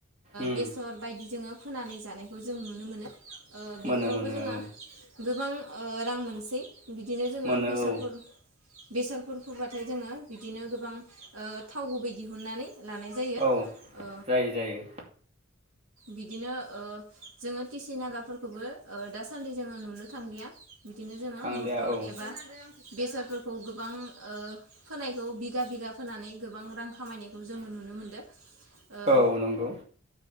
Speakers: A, on the right (about 30°); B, on the right (about 80°).
A: उम
B: बेसर बायदि जोङो फोनानै जानायखौ जों नुनो मोनो।
A: मोनो
B: बेफोरावबो
A: मोनो
B: जोङहा
A: औ
B: गोबां रां मोनसै। बिदिनो जोङो
A: मोनो
B: बेसादफोर
A: औ
B: बेसादफोर फबाथाय जोङो बिदिनो गोबां थाव गुबै दिहुननानै लानाय जायो।
A: औ
B: ओ
A: जायो जायो।
B: बिदिनो जोङो टिसि नागाफोरखौबो दासान्दि जोङो नुनो थांलिया। बिदिनो जोङो
A: थांलिया
B: मटर
A: औ
B: एबा बेसादफोरखौ गोबां। फोनायखौ बिगा बिगा फोनानै गोबां रां खामायनायखौ जोङो नुनो मोनदों। ओ
A: औ नंगौ।